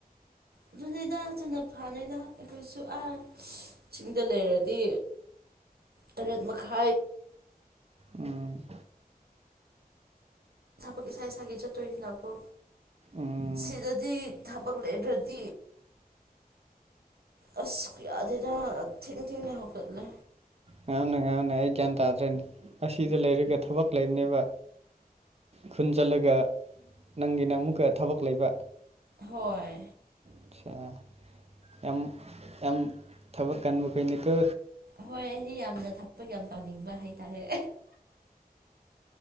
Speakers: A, on the right (about 80°); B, on the right (about 40°).
A: ꯑꯗꯨꯅꯤꯗ ꯑꯗꯨꯅ ꯐꯥꯅꯤꯗ ꯑꯩꯈꯣꯏꯁꯨ ꯑꯥ ꯁꯤꯡꯗ ꯂꯩꯔꯗꯤ ꯇꯔꯦꯠ ꯃꯈꯥꯢ
B: ꯎꯝ
A: ꯊꯕꯛ ꯏꯁꯥ ꯏꯁꯥꯒꯤ ꯆꯠꯇꯣꯏꯅꯤꯅꯀꯣ
B: ꯎꯝ
A: ꯁꯤꯗꯗꯤ ꯊꯕꯛ ꯂꯩꯗ꯭ꯔꯗꯤ ꯑꯁ ꯌꯥꯗꯦꯗ ꯊꯦꯡ ꯊꯦꯡꯅ ꯍꯧꯒꯠꯂꯦ
B: ꯉꯥꯡꯅ ꯉꯥꯡꯅ ꯑꯩ ꯒ꯭ꯌꯥꯟ ꯇꯥꯗ꯭ꯔꯦꯅꯦ ꯑꯁꯤꯗ ꯂꯩꯔꯒ ꯊꯕꯛ ꯂꯩꯕꯅꯦꯕ ꯈꯨꯟ ꯆꯠꯂꯒ ꯅꯪꯒꯤꯅ ꯑꯃꯨꯛꯀ ꯊꯕꯛ ꯂꯩꯕ
A: ꯍꯣꯏ
B: ꯑꯠꯁꯥ ꯌꯥꯝ ꯌꯥꯝ ꯊꯕꯛ ꯀꯟꯕ ꯈꯣꯢꯅꯤꯀꯣ
A: ꯍꯣꯏ ꯑꯩꯗꯤ ꯌꯥꯝꯅ ꯊꯕꯛ ꯌꯥꯝ ꯇꯧꯅꯤꯡꯕ ꯍꯥꯏꯇꯥꯔꯦ